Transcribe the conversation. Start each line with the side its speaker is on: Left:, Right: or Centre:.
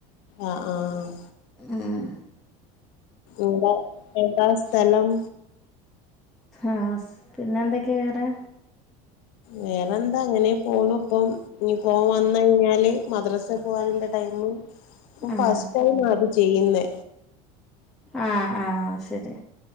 Left: ആഹ് ആഹ് ആഹ്..
Centre: ഏഹ്
Left: എവിട എന്താ സ്ഥലം?
Centre: ആഹ് പിന്നെ എന്തൊക്കെവേറെ?
Left: വേറെന്താ അങ്ങനെ പോണു ഇപ്പോ- ഇനി ഓൻ വന്ന് കഴിഞ്ഞാല് മദ്രസയിൽ പോവാനുള്ള ടൈമും-
Centre: ആഹ്
Left: ഫസ്റ്റ് ടൈമാ അത് ചെയ്യുന്നെ
Centre: ആഹ് ആഹ് ശരി